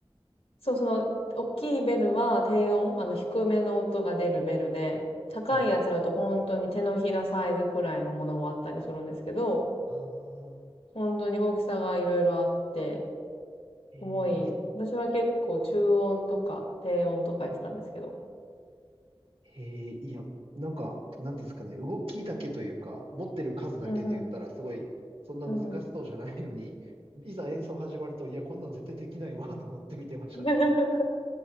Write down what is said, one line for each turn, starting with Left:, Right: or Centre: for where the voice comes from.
Left: そう、その、大きいベルは低音、あの、低めの音が出るベルで、高いやつだと本当に手のひらサイズくらいのものもあったりするんですけど、
Right: はい。ああ、
Left: 本当に大きさがいろいろあって、
Right: えーえ、
Left: 重い。私は結構中音とか低音とかやってたんですけど。
Right: へえ、いや、なんか、なんていうんですかね、動きだけというか、持ってる数だけで言ったら、
Left: うんうん。
Right: すごい、そんな難しそうじゃないのに、
Left: うんうん。
Right: いざ演奏始まると、いや、こんなの絶対できないわ、と思って見てましたね。
Left: <laughs>